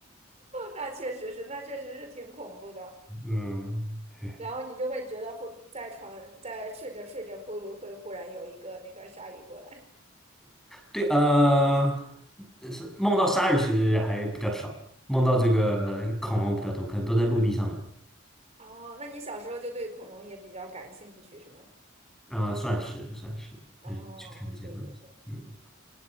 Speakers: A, on the right (about 30°); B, in the centre.
A: 那确实是，那确实是挺恐怖的。
B: 嗯，对
A: 然后你就会觉得忽在床在睡着睡着会会忽然有一个那个鲨鱼过来，
B: 对，呃，呃是梦到鲨鱼其实还比较少，梦到这个恐龙比较多，
A: 嗯，
B: 可能都在陆地上嘛，
A: 哦，那你小时候就对恐龙也比较感兴趣是吗？
B: 啊、算是算是，
A: 哦，
B: 嗯，去看这些东西，
A: 对对对，
B: 嗯，